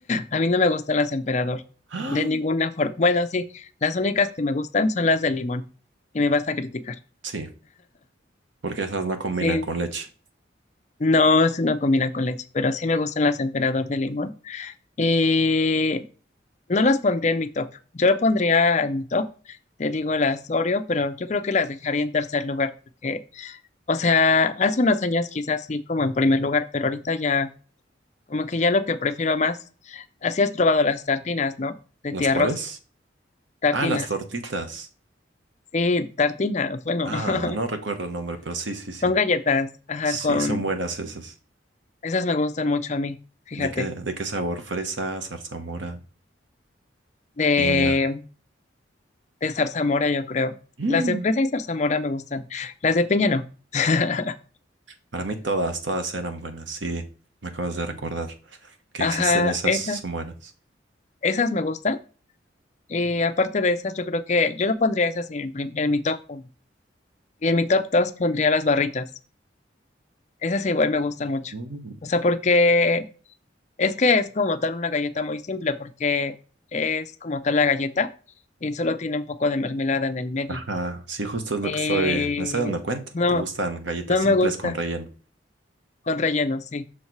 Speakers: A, on the left (about 40°); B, on the right (about 80°).
A: A mí no me gustan las emperador,
B: ¡Ah!
A: de ninguna forma. Bueno, sí, las únicas que me gustan son las de limón, y me vas a criticar.
B: sí, porque esas no combinan
A: Sí,
B: con leche.
A: no, eso no combina con leche, pero sí me gustan las emperador de limón. Y no las pondría en mi top. Yo lo pondría en mi top, te digo las Oreo, pero yo creo que las dejaría en tercer lugar, porque O sea, hace unos años quizás sí como en primer lugar, pero ahorita ya, como que ya lo que prefiero más, así has probado las tartinas, ¿no? De
B: ¿Las
A: tía
B: cuáles?
A: Rosa, tartinas.
B: Ah, las tortitas.
A: Sí, tartinas, bueno,
B: Ah,
A: <laughs>
B: no recuerdo el nombre, pero sí, sí, sí.
A: son galletas, ajá,
B: Sí,
A: con,
B: son buenas esas.
A: esas me gustan mucho a mí, fíjate,
B: ¿De qué, de qué sabor? Fresa, zarzamora,
A: de,
B: piña.
A: de zarzamora yo creo.
B: Mm.
A: Las de fresa y zarzamora me gustan, las de piña no. <laughs>
B: Para mí todas, todas eran buenas, sí, me acabas de recordar que
A: Ajá,
B: existen esas,
A: esas,
B: son buenas.
A: esas me gustan. Y aparte de esas, yo creo que yo lo pondría esas en, prim- en mi top uno Y en mi top 2 pondría las barritas. Esas igual me gustan mucho.
B: Mm.
A: O sea, porque es que es como tal una galleta muy simple, porque es como tal la galleta y solo tiene un poco de mermelada en el medio.
B: Ajá, sí, justo es lo
A: Eh,
B: que estoy, me estoy dando cuenta.
A: no,
B: Te gustan galletas
A: no
B: simples
A: me gusta
B: con relleno.
A: con relleno, sí.